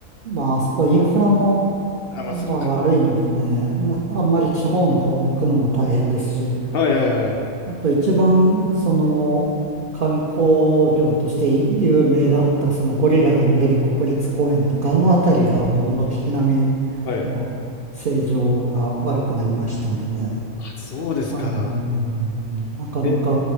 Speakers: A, on the right (about 50°); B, on the left (about 65°).
A: まあ、あそこインフラも、
B: あ、まあ、
A: まあ悪いのでね、
B: そっか。
A: な <laughs> あんまり地方の方行くのも大変ですし、
B: はいはいはいはい。
A: あと一番その観光業として有名だったそのゴリラが見れる国立公園とか、あの辺りがもう軒並み
B: はい。
A: もう正常が悪くなりましたんでね、
B: そうですか。
A: あの、うんなかなか
B: え、